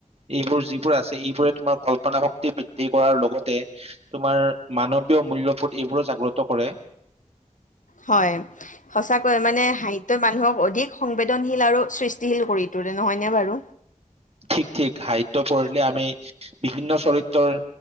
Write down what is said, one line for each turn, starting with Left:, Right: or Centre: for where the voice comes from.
Right: এইবোৰ যিবোৰ আছে, এইবোৰে তোমাৰ কল্পনা শক্তি বৃদ্ধি কৰাৰ লগতে তোমাৰ মানৱীয় মূল্যৰ ওপৰত এইবোৰো জাগ্ৰত কৰে।
Left: হয়, সঁচাকৈ মানে সাহিত্যই মানুহক অধিক সংবেদনশীল আৰু সৃষ্টিশীল কৰি তোলে, নহয়নে বাৰু?
Right: ঠিক, ঠিক, সাহিত্য পঢ়িলে আমি বিভিন্ন চৰিত্ৰৰ